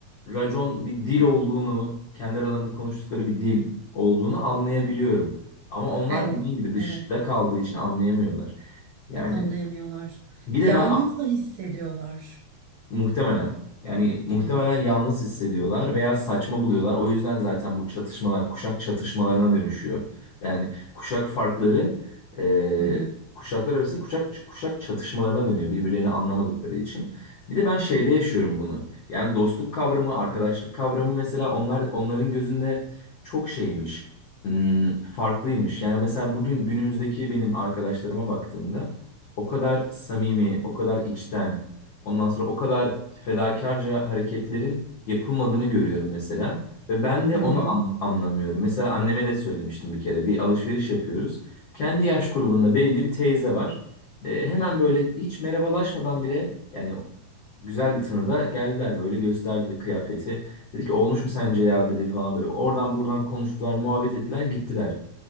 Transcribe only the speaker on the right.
Evet,
evet,
anlayamıyorlar.
Yalnız
da hissediyorlar.
Evet.
Hı hı.
Hı
hı.